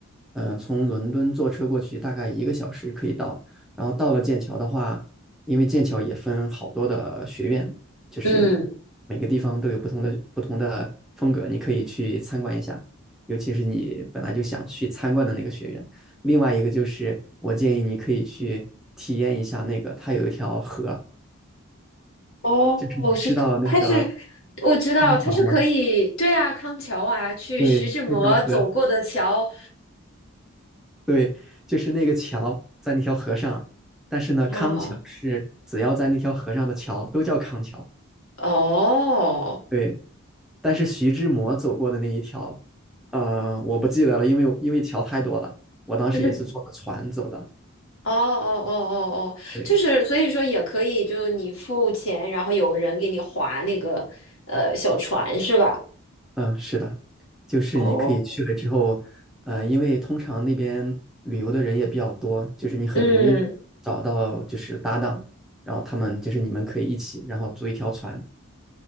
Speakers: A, in the centre; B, on the left (about 65°).
A: 嗯、从伦敦坐车过去，大概一个小时可以到。然后到了剑桥的话，因为剑桥也分好多的学院，就是
B: 嗯，
A: 每个地方都有不同的不同的风格，你可以去参观一下。尤其是你本来就想去参观的那个学院。另外一个就是，我建议你可以去体验一下那个，它有一条河，
B: 哦，
A: 就是你知道那个
B: 是可，它是我知道它是可以，
A: 康桥吗？
B: 对啊，康桥啊，去徐志摩走过的桥。
A: 对，那条河，对，就是那个桥在那条河上，但是呢，
B: 哦
A: 康桥是只要在那条河上的桥都叫康桥。
B: 哦，
A: 对，但是徐志摩走过的那一条，呃，我不记得了，因为因为桥太多了，我当时也是坐的船走的。
B: <laughs> 哦哦哦哦哦，
A: 对，
B: 就是所以说也可以，就你付钱，然后有个人给你划那个呃小船是吧？
A: 嗯，是的，就是你可以去了之后，
B: 哦，
A: 呃，因为通常那边旅游的人也比较多，就是你很容易找到就是搭档，
B: 嗯，
A: 然后他们就是你们可以一起，然后租一条船。